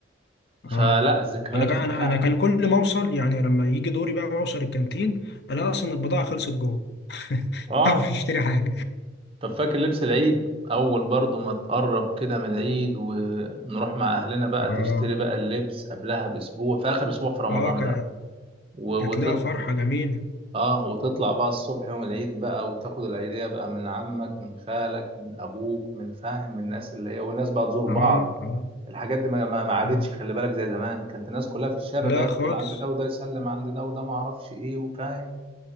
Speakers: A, on the left; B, on the right.
A: اه
B: فلا الذكريات
A: انا كان
B: دي بتاعت
A: انا أنا كان كل ما اوصل يعني لما يجي دوري بقى اوصل الكانتين الاقي اصلا البضاعة خلصت جوه <laughs>
B: اه
A: اعرف اشتري حاجة
B: طب فاكر لبس العيد اول برضو ما تقرب كده من العيد ونروح مع اهلنا بقى
A: اه
B: تشتري بقى اللبس قبلها باسبوع في اخر اسبوع في رمضان
A: اه ك...
B: بقى و- وتط...
A: كانت لها فرحة جميلة
B: اه وتطلع بقى الصبح يوم العيد بقى وتاخد العيدية بقى من عمك من خالك من ابوك من فاهم من الناس اللي هي والناس بقى تزور بعض
A: اه اه
B: الحاجات دي ما ما ما عادتش
A: اه
B: خلي بالك زي زمان كانت الناس كلها في الشارع
A: لا
B: ده يدخل
A: خالص
B: عند ده وده يسلم عند ده وده ما اعرفش ايه وفاهم